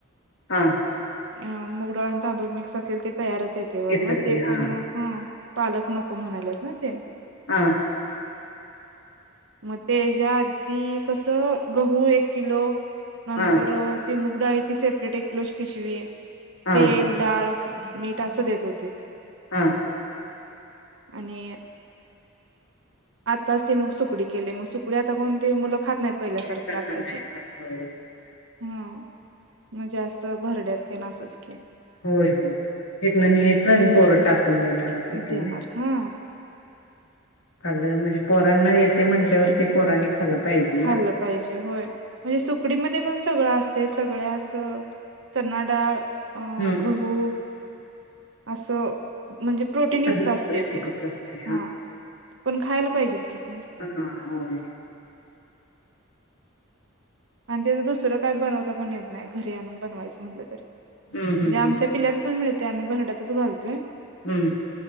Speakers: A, on the left; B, on the right.
A: हा
B: अ मुगडाळ आणि तांदूळ मिक्स असलेल ते तयारच येते वरण
A: खिचडी
B: ते
A: हा
B: पण हा पालक नको म्हणालेत ना ते
A: हां
B: मग त्याच्या आधी कस गहू एक किलो नंतर
A: हा
B: ति मूक डाळीची सेपरेट एक किलोज पिशवी आहे
A: हा
B: तेल
A: हा
B: डाळ मीठ असं देत होती
A: हा
B: आणि आत्ताच ती मग सुकडी केली मग सुकडी आता कोण ते मुलं खात नाहीत पहिल्यासारखं
A: सारखं
B: आत्ताची
A: नाही खात होय
B: हा म्हणजे असं भरड्यात ते ना असच के,
A: होय होय इतना न्यायचा आणि पोर टाकून देणार असं होतंय
B: देणार
A: ना
B: हा
A: खाल्लं म्हणजे पोरांना येते म्हंटल्यावर ते पोरनी खाल्लं पाहिजे ना
B: खाल्लं पाहिजे होय म्हणजे सुकडीमध्ये पण सगळं असते सगळ अस चना डाळ अ
A: हम्म
B: गहू असं म्हणजे प्रोटीन
A: ते सगळी
B: युक्त असते
A: पौष्टिकच
B: ते
A: असते
B: हा पण खायला पाहिजेत कि ते
A: हा होय
B: आणि त्याचं दुसरं काय बनवता पण येत नाही घरी आणून बनवायचं म्हटलं तरी
A: हम्म हम्म
B: म्हणजे आमच्या
A: हम्म
B: पिल्याच पण मिळते आम्ही बराट्यातच घालतोय
A: हम्म